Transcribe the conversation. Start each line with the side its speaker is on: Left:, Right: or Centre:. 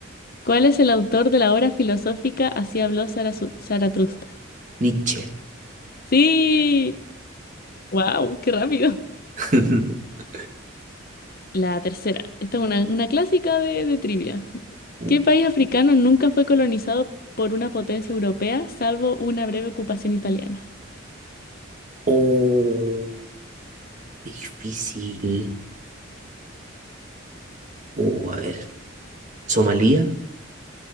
Left: ¿Cuál es el autor de la obra filosófica Así habló Zarazu- Zaratustra?
Right: Nietzsche.
Left: Sí, wow, qué rápido.
Right: <laughs>
Left: La tercera, esta es una, una clásica de, de trivia.
Right: Uh,
Left: ¿Qué país africano nunca fue colonizado por una potencia europea, salvo una breve ocupación italiana?
Right: Oh, qué difícil. Oh, a ver. ¿Somalia?